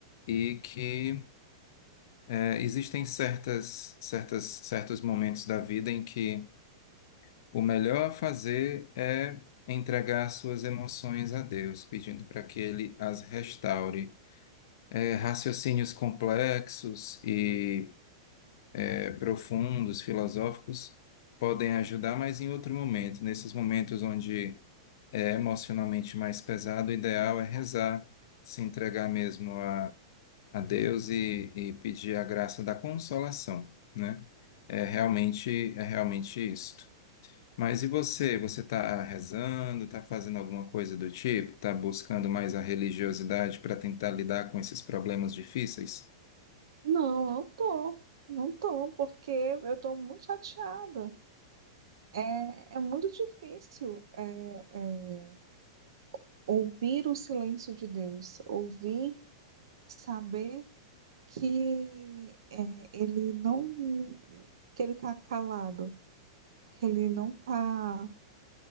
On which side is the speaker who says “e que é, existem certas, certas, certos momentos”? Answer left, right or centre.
Left